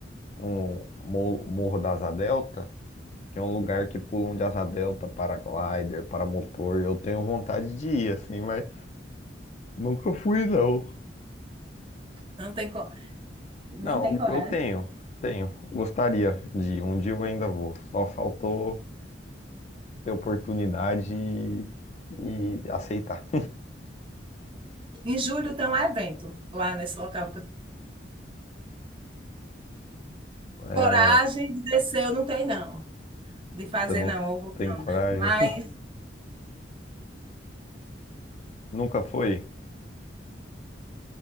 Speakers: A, on the left; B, on the right.
A: um mo- Morro da Asa Delta, que é um lugar que pulam de asa delta, paraglider, paramotor. Eu tenho vontade de ir, assim, mas nunca fui, não.
B: Não tem, co- não
A: Não,
B: tem coragem.
A: eu tenho, tenho. Gostaria de ir. Um dia eu ainda vou. Só faltou ter oportunidade e, e aceitar.
B: Em julho tem um evento lá nesse local.
A: É,
B: Coragem de descer eu não tenho, não. De fazer,
A: você não
B: não. Eu vou-
A: tem coragem?
B: Mas
A: <laughs> Nunca foi?